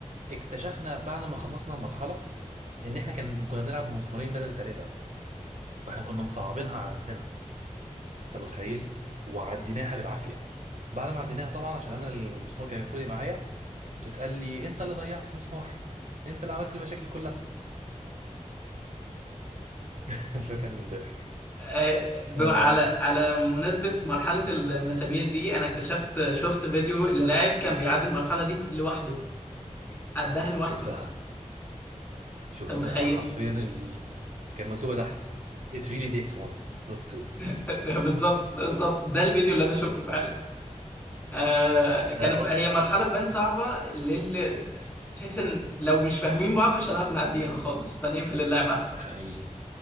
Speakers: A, on the right; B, on the left.
A: اكتشفنا بعد ما خلصنا المرحله ان احنا كان كنا بنلعب بمسمارين بدل ثلاثه فاحنا كنا مصعبينها على نفسنا انت متخيل وعديناها بالعافيه بعد ما عديناها طبعا عشان انا المسمار كان المفروض يبقى معايا اتقال لي انت اللي ضيعت المسمار انت اللي عملت المشاكل كلها <laughs> فكان ضحك
B: آه، ب-
A: آه
B: على على مناسبة مرحلة المسامير دي أنا اكتشفت شفت فيديو للاعب كان بيعدي المرحلة دي لوحده عدها لوحده
A: شفتها شفتها
B: أنت متخيل؟
A: حرفيا ال... كان مكتوبه تحت it really takes one not two
B: <laughs> بالظبط بالظبط ده الفيديو اللي أنا شفته فعلا آه كانت
A: اه
B: بقى
A: آه،
B: هي مرحلة تبان صعبة للي تحس ان لو مش فاهمين بعض مش هنعرف نعديها خالص فنقفل اللعبة احسن
A: حقيقي